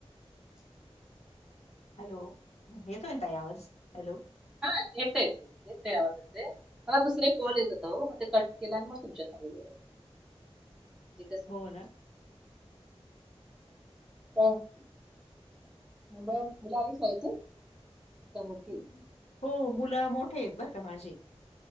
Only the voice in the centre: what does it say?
<inaudible>
हा येतय. येते आवाज येते,, मला दुसरें कॉल येत होता ओ, मग ते कट केला आणि मग तुमच्या सांगित ब ते
हम् <unintelligible> मुलं मुलं आली शाळेतून त्यामुळं ती